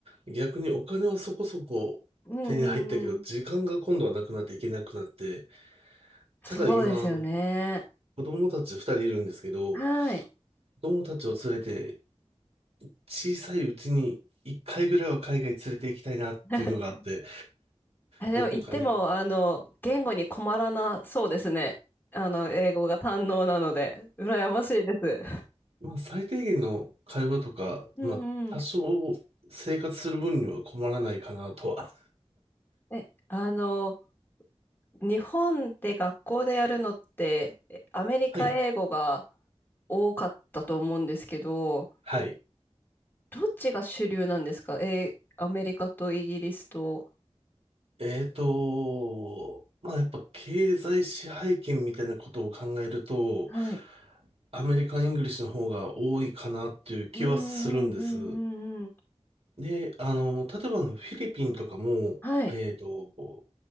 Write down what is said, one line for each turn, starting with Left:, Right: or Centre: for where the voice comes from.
Right: 逆にお金はそこそこ手に入ったけど、
Left: うんうん。
Right: 時間が今度はなくなっていけなくなって、
Left: そうですよね。
Right: ただ今、あの、子供たち二人いるんですけど、
Left: はい。
Right: 子供たちを連れて、小さいうちに一回ぐらいは海外連れて行きたいなっていうのがあって、
Left: <laughs> あ、でも言っても、
Right: どこかいい、
Left: あの、言語に困らなそうですね。あの、英語が堪能なので、羨ましいです。
Right: まあ最低限の会話とか、
Left: <laughs> うんうん。
Right: まあ多少生活する分には困らないかなとは。
Left: え、あの、日本で学校でやるのって、えアメリカ英語が
Right: はい。
Left: 多かったと思うんですけど、
Right: はい。
Left: どっちが主流なんですかえーアメリカとイギリスと。
Right: えーと、まあやっぱ経済支配権みたいなことを考えると、
Left: はい
Right: アメリカン・イングリッシュの方が多いかなっていう気はするんです。
Left: うんうんうんうんうん。
Right: で、あの、例えばあのフィリピンとかも、
Left: はい。
Right: えーと、